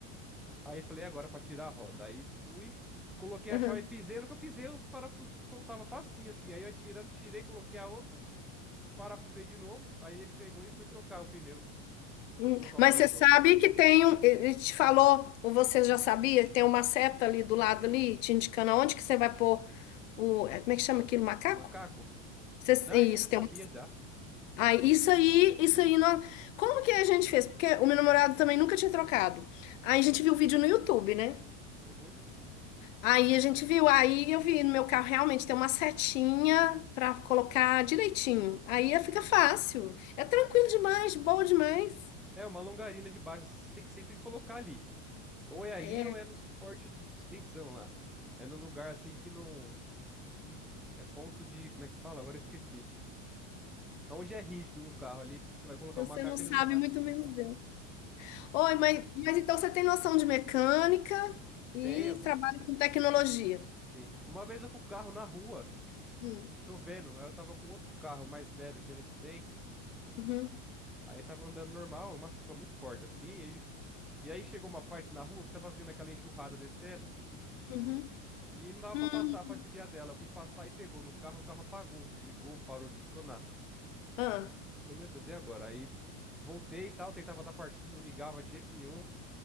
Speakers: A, in the centre; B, on the left (about 80°).
A: Aí falei, agora pra tirar a roda. Aí fui, coloquei
B: Uhum.
A: a chave e pisei no que eu pisei, os parafusos soltavam facinho assim. Aí eu atirando, tirei, coloquei a outra, parafusei de novo. Aí ele pegou e foi trocar o pneu.
B: Hum,
A: Foi colocar
B: Mas
A: o pneu
B: você sabe
A: novo.
B: que tem um, ele te falou, ou você já sabia, tem uma seta ali do lado ali, te indicando aonde que você vai pôr o, é, como é que chama aquilo, macaco?
A: Macaco?
B: Você-
A: Não,
B: isso,
A: isso eu já sabia
B: tem um,
A: já.
B: ah, isso aí, isso aí, nós, como que a gente fez? Porque o meu namorado também nunca tinha trocado. Aí a gente viu o vídeo no YouTube, né?
A: Uhum.
B: Aí a gente viu, aí eu vi no meu carro realmente tem uma setinha pra colocar direitinho. Aí fica fácil, é tranquilo demais, boa demais.
A: É uma longarina de baixo, você tem que sempre colocar ali. Ou é ali
B: É,
A: ou é no suporte da suspensão lá. É no lugar assim que não. É ponto de. Como é que fala? Agora eu esqueci. Onde é rígido no carro ali, que você vai colocar
B: você
A: o macaco,
B: não sabe,
A: ele não vai
B: muito
A: afundar.
B: menos eu. Oi, mas, mas então você tem noção de mecânica e
A: Tenho,
B: trabalha com tecnologia.
A: Sim. Uma vez eu com o carro na rua,
B: Hum,
A: chovendo. Aí eu tava com outro carro mais velho que a gente tem.
B: Uhum,
A: Aí tava andando normal, uma chuva muito forte assim. E, e aí chegou uma parte na rua que tava vindo aquela enxurrada descendo.
B: uhum,
A: E não dava
B: hum.
A: pra passar, pra desviar dela. Eu fui passar e pegou no carro, o carro apagou, desligou, parou de funcionar.
B: Ah,
A: Falei, meu Deus, e agora? Aí voltei e tal, tentava dar partida, não ligava de jeito nenhum.